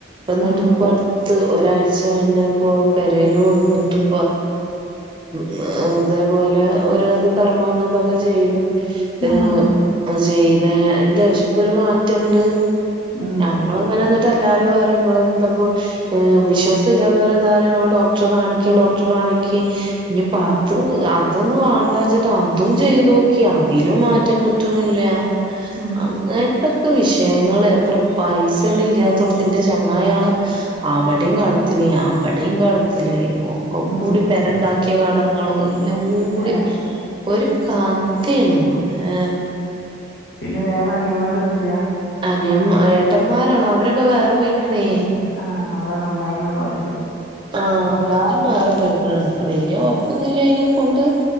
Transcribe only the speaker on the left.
ഉം
ആഹ്
ഉം
ആഹ്
ഉം
ഉം
ഏഹ്
പിന്നെ വേറെ അനിയന്മാരൊന്നുല്ല്യ?
ആഹ് അതാണ് അമ്മായിമ്മ ങ്ങള്